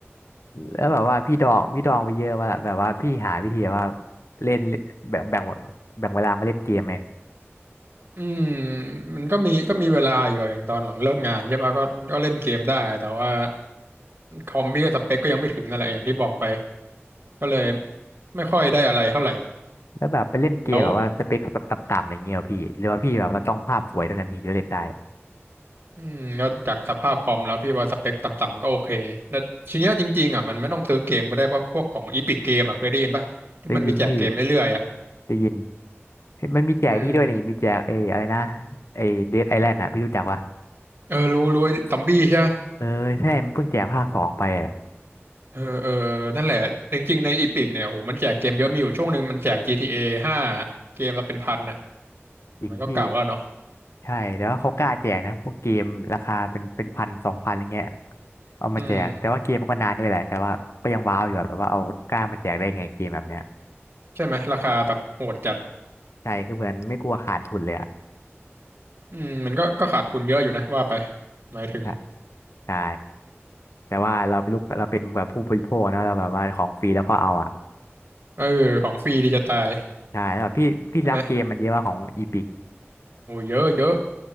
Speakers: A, on the left; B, on the right.
A: แล้วแบบว่าพี่ดองพี่ดองไปเยอะว่าล่ะแบบว่าพี่หาวิธีว่าเล่นแบบแบ่งแบ่งเวลามาเล่นเกมไหม
B: อืมมันก็มีก็มีเวลาอยู่อะอย่างตอนหลังเลิกงานใช่ป่ะก็ก็เล่นเกมได้แต่ว่าคอมพี่ก็สเปคก็ยังไม่ถึงนั่นแหละอย่างที่บอกไปก็เลยไม่ค่อยได้อะไรเท่าไหร่
A: แล้วแบบไปเล่นเกมแบบว่าสเปคต่ำๆอะไรเงี้ยเหรอพี่หรือว่าพี่แบบว่าต้องภาพสวยเท่านั้นถึงจะเล่นได้
B: แล้ว อืมแล้วจากสภาพคอมแล้วพี่ว่าสเปคต่ำๆก็โอเคแล้วทีเนี้ยจริงๆอ่ะมันไม่ต้องซื้อเกมก็ได้ว่าพวกของอีพิกเกมอ่ะเคยได้ยินป่ะที่มันมีแจกเกมเรื่อยๆอ่ะ
A: ได้ยินพี่ได้ยินมันมีแจกนี่ด้วยนี่มีแจกเอออะไรนะ
B: อืม
A: ไอเดดไอแลนด์อ่ะพี่รู้จักปะ
B: เออรู้รู้ไอ้ซอมบี้ใช่ปะ
A: เออใช่มันเพิ่งแจกภาคสองไปอ่ะ
B: เออเออเออนั่นแหละจริงๆในอีพิกเนี่ยโอ้โหมันแจกเกมเยอะมีอยู่ช่วงหนึ่งมันแจก GTA ห้าเกมละเป็นพันอ่ะแต่มันก็เก่าแล้วเนาะ
A: จริงพี่ ใช่แต่ว่าเขากล้าแจกนะพวกเกมราคาเป็นเป็นพันสองพันอะไรเงี้ยเอามาแจกแต่ว่าเกมมันก็นานด้วยแหละแต่ว่าก็ยังว้าวอยู่อะแบบว่าเอากล้ามาแจกได้ไงเกมแบบเนี้ย
B: อืมใช่ไหมราคาแบบโหดจัด
A: ใช่คือเหมือนไม่กลัวขาดทุนเลยอะ
B: อืมมันก็ก็ขาดทุนเยอะอยู่นะว่าไปหมายถึง
A: ใช่ใช่แต่ว่าเราเป็นลูกเราเป็นแบบผู้บริโภคนะเราแบบว่าของฟรีแล้วก็เอาอะ
B: เออของฟรีดีจะตาย
A: ใช่แล้วแบบพี่พี่รับเกมมันเยอะว่าของอีพิก
B: ใช่ไหมโอ้เยอะเยอะ